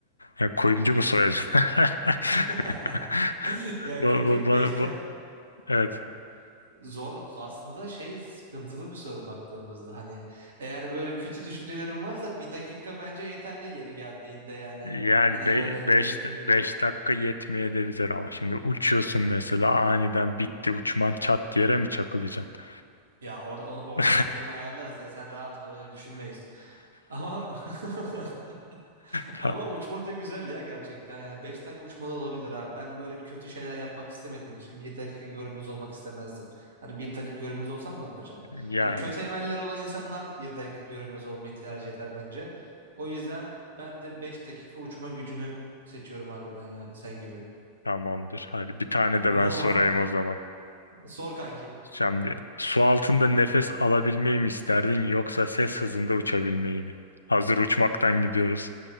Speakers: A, on the left; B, on the right.
A: Ya kuyumcu mu soyacaksın? <laughs>
B: <laughs> Ya
A: Bu,
B: kanki
A: bu, bu,
B: 5 dakika
A: bu- evet.
B: zor aslında şey sıkıntılı bir soru baktığımızda hani eğer böyle kötü düşüncelerin varsa bir dakika bence yeterli yeri geldiğinde yani
A: Yani
B: hani
A: be
B: böyle
A: 5
B: dediğin gibi
A: 5 dakika yetmeyebilir ama şimdi uçuyorsun mesela aniden bitti uçman çat yere mi çakılacaksın?
B: ya orada orada
A: <laughs>
B: onu ayarlarız ya sen rahat ol öyle düşünmeyiz. Ama <laughs>
A: Tam-
B: Ama uçma da güzel ya gerçekten. Yani 5 dakika uçma da olabilir abi. Ben böyle kötü şeyler yapmak istemediğim için bir dakika görünmez olmak istemezdim. Hani bir dakika görünmez olsam ne yapacağım?
A: Yani
B: Hani kötü emeller olan insanlar bir dakika görünmez olmayı tercih eder bence. O yüzden ben de 5 dakika uçma gücünü seçiyorum harbiden yani sen gibi.
A: tamamdır. Hadi bir tane de
B: O
A: ben
B: zaman
A: sorayım o zaman.
B: sor kanki.
A: Şimdi su altında nefes alabilmeyi mi isterdin yoksa ses hızında uçabilmeyi mi? Hazır uçmaktan gidiyoruz.